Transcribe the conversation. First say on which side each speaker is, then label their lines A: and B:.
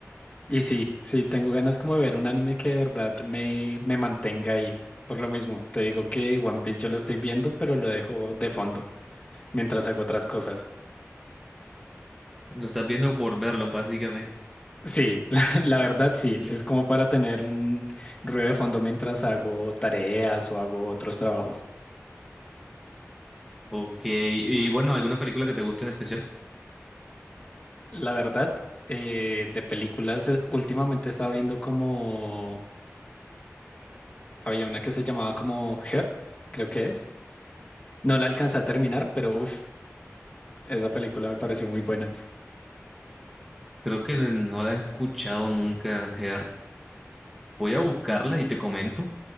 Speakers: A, on the left (about 25°); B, in the centre.
A: Y sí, sí, tengo ganas como de ver un anime que de verdad me, me mantenga ahí. Por lo mismo, te digo que One Piece yo lo estoy viendo, pero lo dejo de fondo mientras hago otras cosas.
B: Lo estás viendo por verlo, básicamente.
A: Sí, <laughs> la, la verdad sí,
B: <laughs>
A: es como para tener un ruido de fondo mientras hago tareas o hago otros trabajos.
B: Ok, y bueno, ¿alguna película que te guste en especial?
A: La verdad, eh, de películas, eh, últimamente estaba viendo como, había una que se llamaba como Her, creo que es. No la alcancé a terminar, pero uff, esa película me pareció muy buena.
B: Creo que no la he escuchado nunca, Ger. Voy a buscarla y te comento.